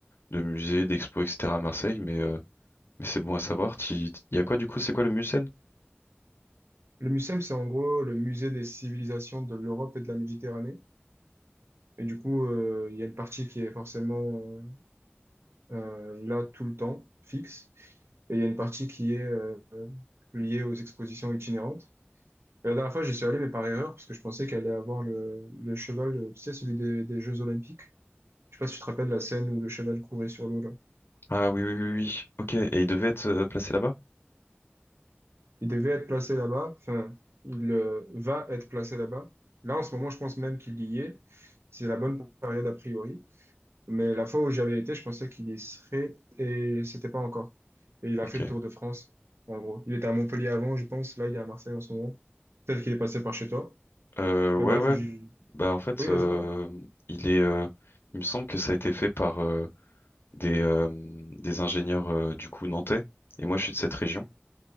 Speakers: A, on the left; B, on the right.
A: de musées, d'expos, etc. à Marseille. Mais euh, mais c'est bon à savoir. T'y- Il y a quoi du coup? C'est quoi le musée?
B: Le Mucem, c'est en gros le musée des civilisations de l'Europe et de la Méditerranée. Et du coup, euh, il y a une partie qui est forcément euh, euh, là tout le temps, fixe. Et il y a une partie qui est euh, liée aux expositions itinérantes. Et la dernière fois, j'y suis allé, mais par erreur, parce que je pensais qu'elle allait avoir le, le cheval, euh, tu sais, celui des, des Jeux Olympiques. Je sais pas si tu te rappelles la scène où le cheval courait sur l'eau, là.
A: Ah oui, oui, oui, oui. Ok. Et il devait être euh, placé là-bas?
B: Il devait être placé là-bas, enfin, il euh, va être placé là-bas. Là, en ce moment, je pense même qu'il y est. C'est la bonne période, a priori. Mais la fois où j'avais été, je pensais qu'il y serait et c'était pas encore. Et il a
A: Ok.
B: fait le tour de France, en gros. Il était à Montpellier avant, je pense. Là, il est à Marseille en ce moment. Peut-être qu'il est passé par chez toi.
A: Euh, ouais,
B: Mais bref,
A: ouais.
B: j'ai...
A: Bah en fait,
B: Oui,
A: euh,
B: vas-y, pardon.
A: il est. euh, il me semble que ça a été fait par euh, des euh, des ingénieurs euh, du coup nantais. Et moi, je suis de cette région.